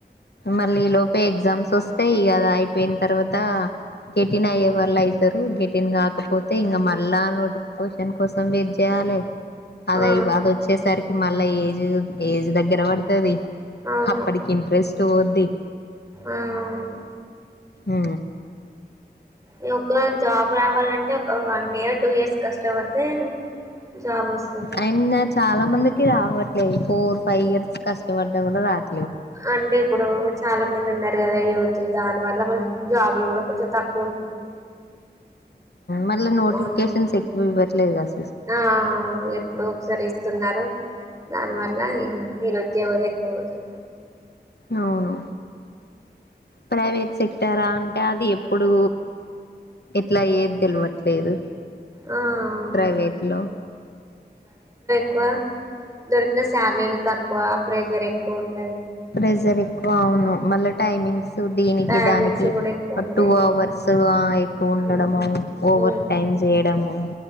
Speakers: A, on the left; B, on the right.
A: మళ్ళీ ఈ లోపే ఎగ్జామ్స్ వస్తాయి ఇగా అయిపోయిన తర్వాత గెటిన్ అయ్యే వాళ్ళు అవుతారు గెటిన్ కాకపోతే ఇంకా మళ్ళా నోటిఫికేషన్ కోసం వెయిట్ చేయాలే అది
B: ఆ
A: అది వచ్చేసరికి మళ్ళా ఏజ్ ఏజ్ దగ్గర పడుతుది
B: అవును
A: అప్పటికి ఇంట్రెస్ట్ పోద్ది
B: ఆ అవును
A: ఊ
B: ఈ ఒక్క జాబ్ రావాలంటే ఒక వన్ ఇయర్ టూ ఇయర్స్ కష్టపడితే జాబ్ వస్తది
A: అయినా చాలా మందికి రావట్లేదు ఫోర్ ఫైవ్ ఇయర్స్ కష్టపడ్డా కూడా రాదు
B: అంటే ఇప్పుడు చాలా మంది ఉన్నారు కదా యూత్ దాని వల్ల మళ్ళ జాబులు కూడా కొంచెం తక్కువే
A: మళ్ళా నోటిఫికేషన్స్
B: అవును
A: ఎక్కువ పెట్టలేదు కాదా
B: ఆ అవును ఎప్పుడు ఒకసారి ఇస్తున్నారు దానివల్ల ఈ నిరుద్యోగుత ఎక్కువ అవుంది
A: అవును ప్రైవేట్ చెప్పురందే అంటే అది ఎప్పుడూ ఎట్లా ఏది తెలువట్లేదు
B: ఆ అవును
A: ప్రైవేట్ లో
B: తక్కువ దొరికిన శాలరీలు తక్కువ ప్రెజర్ ఎక్కువ ఉంటుంది
A: ప్రెజరింగ్ అవును మళ్ళా టైమింగ్స్ దీనికి
B: టైమింగ్స్
A: దానికి
B: కూడా ఎక్కువ ఉంటాయి
A: టూ అవర్స్ ఎక్కువ ఉండడము
B: ఉమ్,
A: ఓవర్
B: ఉమ్,
A: టైమ్ చేయడము